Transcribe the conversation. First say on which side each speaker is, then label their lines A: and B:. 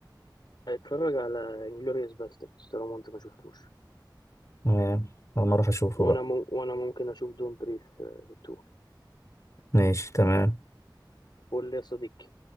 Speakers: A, on the left; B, on the left.
A: اتفرج على انجلوريوس باستردز طالما انت ما شفتوش
B: تمام أما أروح أشوفه
A: وانا
B: بقى
A: مو... وانا ممكن اشوف دون بريث 2
B: ماشي تمام
A: الفل يا صديقي